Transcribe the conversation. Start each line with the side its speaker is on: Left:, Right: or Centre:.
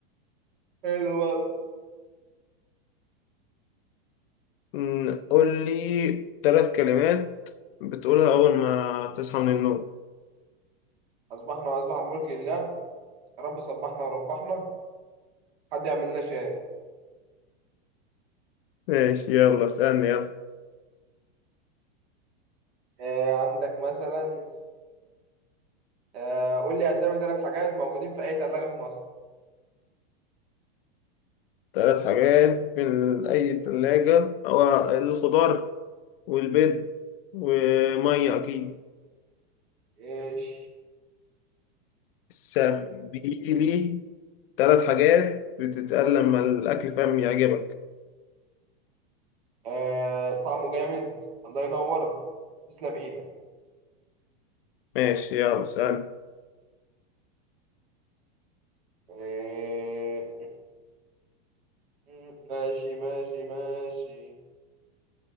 Right: حلو برضه.
Left: مم، قول لي ثلاث كلمات بتقولها أول ما تصحى من النوم
Right: اصبحنا واصبح الملك لله رب صبحنا وربحنا حد يعمل لنا شاي
Left: ماشي يلا اسألني يلا
Right: آه، عندك مثلا آه، قول لي اسامي ثلاث حاجات موجودين في اي ثلاجه في مصر
Left: ثلاث حاجات في ال- أي ثلاجة هو الخضار والبيض ومية أكيد
Right: ايش
Left: سبيلي ثلاث حاجات بتتقال لما الأكل فاهم يعجبك
Right: آه، طعمه جامد الله ينور تسلم ايدك
Left: ماشي يلا اسألني
Right: آه، <laughs> ماشي ماشي ماشي